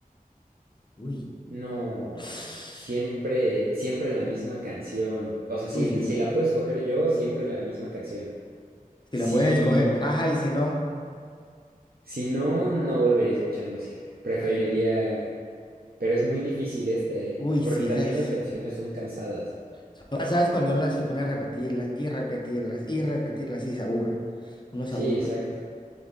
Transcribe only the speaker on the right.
No,
s- siempre, siempre la misma canción. O sea,
si,
si la puedo escoger yo, siempre la misma canción. Si,
si no, no volvería a escuchar música. Preferiría,
pero es muy difícil esta, ¿eh?
Porque
también
las canciones son cansadas.
Sí,
exacto.